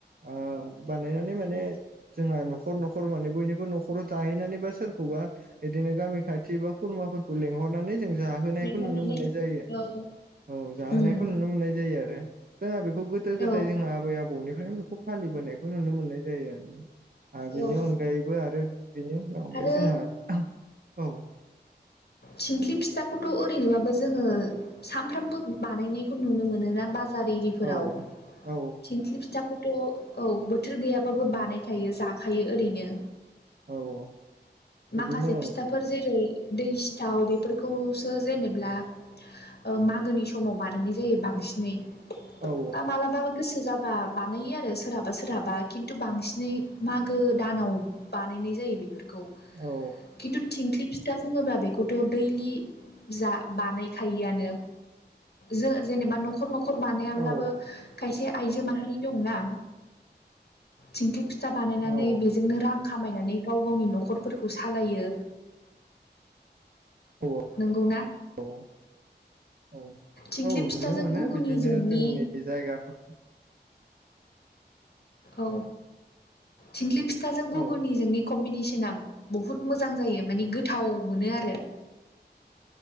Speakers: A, on the right; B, on the left.
A: ओ बानायनानै माने जोंहा न'खर न'खर माने बयनिबो न'खराव जाहैनानैबा सोरखौबा बिदिनो गामि खाथि बा खुरम फोरखौ लेंहरनानै जों जाहोनायखौ
B: लिंहरनानै
A: नुनो मोननाय जायो
B: औ
A: औ जाहोनायखौ
B: उम
A: नुनो मोननाय जायो आरो जोंहा बेखौ गोदो गोदाय
B: औ
A: जोंहा आबै आबौनिफ्रायनो बेखौ फालिबोनायखौ नुनो मोननाय जायो आरोना आरो बेनि
B: औ
A: अनगायैबो आरो बेनि उनावहाय
B: आरो
A: जोंहा औ
B: थंख्लि फिथा खौथ' ओरैनोबाबो जोङो सानफ्रामबो बानायनायखौ नुनो मोनोना बा बाजार इरिफोराव
A: औ औ
B: थिंख्लि फिथाखौथ' औ बोथोर गैयाबाबो बानायखायो जाखायो ओरैनो।
A: औ औ। बिदिनो
B: माखासे फिथाफोर जेरै दै सिथाव बेफोरखौसो जेनेब्ला ओ मागोनि समाव बानायनाय जायो बांसिनै
A: औ
B: बा मालाबाबो गोसो जाब बा बानायो आरो सोरहाबा सोरहाबा खिन्थु बांसिनै मागो दानाव बानायनाय जायो बेफोरखौ। खिन्थु
A: औ
B: थिंख्लि फिथा बुङोब्ला बे खौथ' दैलि जा बानायखायोआनो जों जेनेबा न'खर न'खर न'खर बानायाब्लाबो
A: औ
B: खायसे आइजो माहारि दंना थिं फिथा बानायनानै
A: औ
B: बेजोंनो रां खामायनानै गाव गावनि न'खर फोरखौ सालायो।
A: अ
B: नंगौना
A: औ। औ
B: थिंख्लि
A: औ नुनो
B: फिथाजों
A: मोनो
B: गुगुनिजोंनि
A: बिदिनो जोंनि जायगाफोर
B: औ थिंग्लि फिथाजों गुगुनिजोंनि
A: औ
B: कम्बिनेसन ना बुहुत मोजां जायो माने गोथाव मोनो आरो।